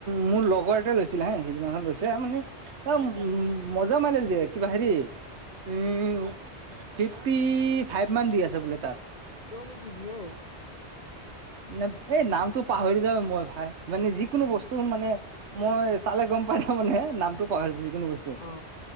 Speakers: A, on the right; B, on the left.
A: মোৰ লগৰ এটা লৈছিল। ছিলায়ে সিদিনাখন লৈছেহে মানে অ ম মজা মালিচ দিয়ে কিবা হেৰি। উ উ ফিফটি ফাইভ মান দি আছে বোলে তাৰ।
B: কিয় নেকি দিও।
A: নে সেই নামটো পাহৰি যাওঁ মই ভাই মানে যিকোনো বস্তুৰ মানে মই চালে গম পাই যাওঁ মানে নামটো পাহৰিছো যিকোনো বস্তুৰ
B: অ